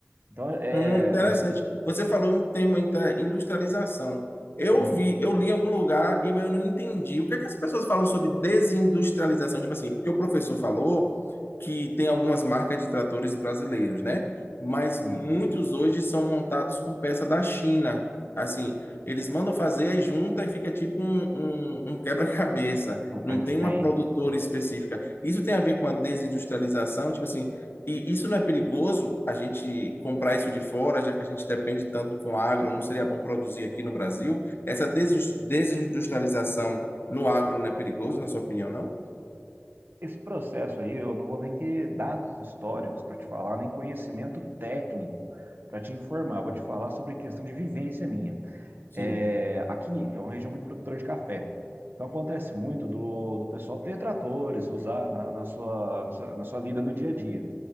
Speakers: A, on the right (about 55°); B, on the left (about 60°).
A: Então, é,
B: Hum, interessante.
A: no sentido.
B: Você falou um termo inter- industrialização. Eu
A: Uhum,
B: vi, eu li em algum lugar e mas eu não entendi. O que é que as pessoas falam sobre desindustrialização? Tipo assim, porque o professor falou que tem algumas marcas de tratores brasileiros, né? Mas
A: uhum.
B: muitos hoje são montados com peça da China. Assim, eles mandam fazer, aí junta e fica tipo um, um um quebra-cabeça.
A: O Frankenstein.
B: Não tem uma produtora específica. Isso tem a ver com a desindustrialização? Tipo assim, e isso não é perigoso a gente comprar isso de fora, já que a gente depende tanto com agro, não seria bom produzir aqui no Brasil? Essa desin- desindustrialização no agro não é perigoso, na sua opinião, não?
A: Esse processo aí, eu não vou nem ter dados históricos para te falar, nem conhecimento técnico para te informar. Eu vou te falar sobre questão de vivência minha.
B: Sim.
A: É, aqui é uma região muito produtora de café. Então acontece muito do, do pessoal ter tratores, usar na, na sua, na sua, na sua lida no dia a dia.